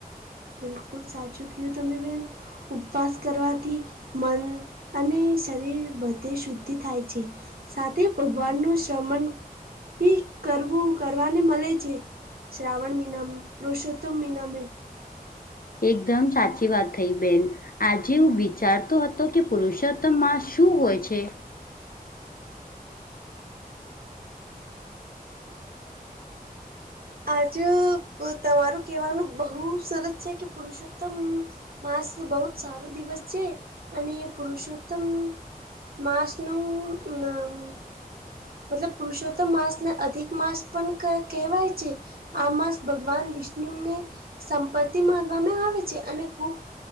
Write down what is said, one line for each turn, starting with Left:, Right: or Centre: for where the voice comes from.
Right: બિલકુલ સાચું કયું તમે બેન ઉપવાસ કરવાથી મન અને શરીર બધે શુદ્ધિ થાય છે. સાથે ભગવાનનું શમન ભી કરવું કરવાને મળે છે. શ્રાવણ મહિના પુરુષોત્તમ મહિનામે
Left: એકદમ સાચી વાત થઈ બેન. આજે એવું વિચારતો હતો કે પુરુષોત્તમ માસ શું હોય છે.
Right: આજ તમારું કહેવાનું બહુ સરસ છે કે પુરુષોત્તમ માસ બહુ જ સારો દિવસ છે અને પુરુષોત્તમ માસનું મતલબ પુરુષો તો માંસ ને અધિક માંસ પણ કહેવાય છે. આ માસ ભગવાન વિષ્ણુને સંપત્તિ માનવામાં આવે છે અને ખૂબ